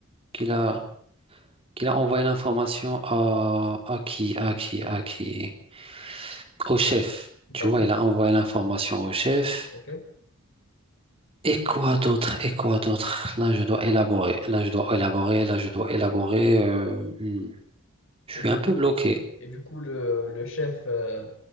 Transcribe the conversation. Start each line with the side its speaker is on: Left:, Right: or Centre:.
Right: qu'il a, qu'il a envoyé l'information à, à qui, à qui, à qui, au chef. Tu
Left: d'accord,
Right: vois, il a envoyé l'information au chef.
Left: ok.
Right: Et quoi d'autre? Et quoi d'autre? Là, je dois élaborer. Là, je dois élaborer. Là, je dois élaborer. euh, hmm. Je suis
Left: Et du
Right: un
Left: coup,
Right: peu bloqué.
Left: et du coup le, le chef, euh,